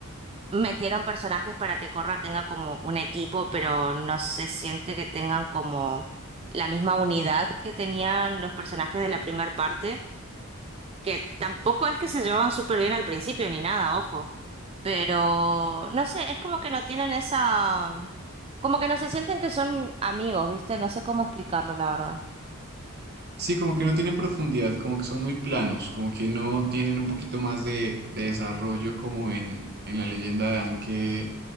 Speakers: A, on the right; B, on the right.
A: metieron personajes para que Corra tenga como un equipo, pero no se siente que tengan como la misma unidad que tenían los personajes de la primera parte que tampoco es que se llevaban súper bien al principio ni nada, ojo, pero no sé, es como que no tienen esa, como que no se sienten que son amigos, ¿viste? No sé cómo explicarlo, la verdad.
B: Sí, como que no tienen profundidad, como que son muy planos, como que no tienen un poquito más de, de desarrollo como en, en la leyenda de Anne, que